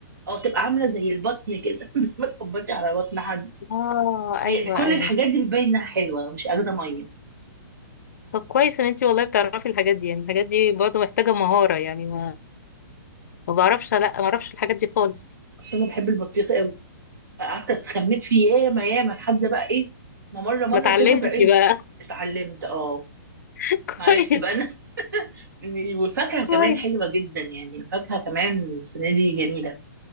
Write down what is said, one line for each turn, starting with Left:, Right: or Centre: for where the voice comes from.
Right: او تبقى عامله زي البطن كده <laughs> ما تخبطي على بطن حد
Left: اه ايوه
Right: هي كل
Left: ايوه
Right: الحاجات دي بتبين انها حلوه ومش اخده ميه
Left: طب كويس ان انتي والله بتعرفي الحاجات دي يعني الحاجات دي برضه محتاجه مهاره يعني ما ما بعرفش لا ما بعرفش الحاجات دي خالص
Right: اصل انا بحب البطيخ قوي فقعدت اتخمت فيه ياما ياما لحد بقى ايه ما مره مره
Left: ما اتعلمتي
Right: كده بقيت
Left: بقى
Right: اتعلمت اه
Left: <laughs> كويس
Right: عرفت بقى انا <laughs> إن- والفاكهه
Left: كويس
Right: كمان حلوه جدا يعني الفاكهه كمان السنه دي جميله